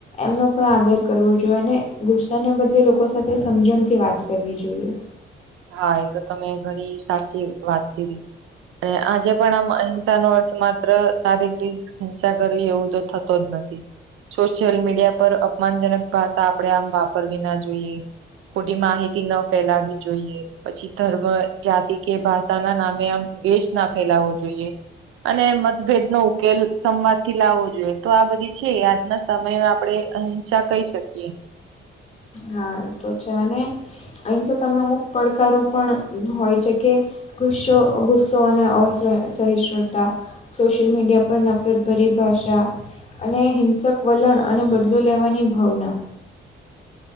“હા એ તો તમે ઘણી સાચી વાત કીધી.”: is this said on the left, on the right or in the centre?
Right